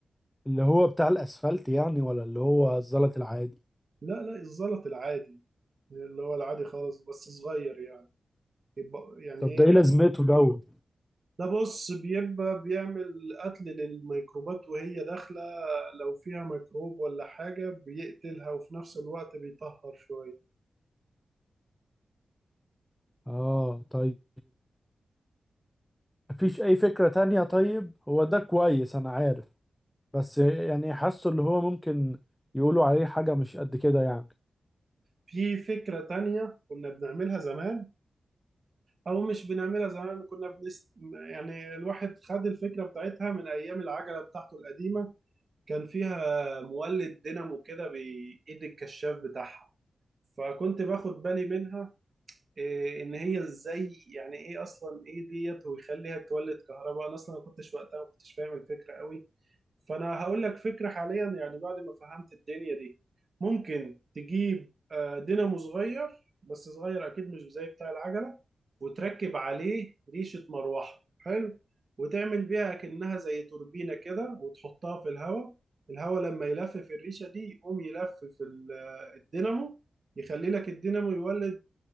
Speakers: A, in the centre; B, on the right.
A: اللي هو بتاع الأسفلت يعني ولا اللي هو الزلط العادي
B: لا لا الزلط العادي اللي هو العادي خالص بس صغير يعني يبقى يعني
A: طب
B: إيه
A: ده إيه لازمته جو
B: ده بص بيبقى بيعمل قتل للميكروبات وهي داخلة لو فيها ميكروب ولا حاجة بيقتلها وفي نفس الوقت بيطهر شوية
A: آه طيب مفيش أي فكرة تانية طيب هو ده كويس أنا عارف بس يعني حاسه اللي هو ممكن يقولوا عليه حاجة مش قد كده يعني
B: في فكرة تانية كنا بنعملها زمان أو مش بنعملها زمان كنا بنست... يعني الواحد خد الفكرة بتاعتها من أيام العجلة بتاعته القديمة كان فيها مولد دينامو كده بإيد الكشاف بتاعها فكنت باخد بالي منها إيه ان هي ازاي يعني ايه اصلا ايه ديت ويخليها تولد كهرباء انا اصلا ما كنتش وقتها ما كنتش فاهم الفكره قوي فانا هقول لك فكره حاليا يعني بعد ما فهمت الدنيا دي ممكن تجيب آه، دينامو صغير بس صغير اكيد مش زي بتاع العجله وتركب عليه ريشه مروحه حلو وتعمل بيها كأنها زي توربينه كده وتحطها في الهواء الهواء لما يلفف الريشه دي يقوم يلفف ال- آه، الدينامو يخلي لك الدينامو يولد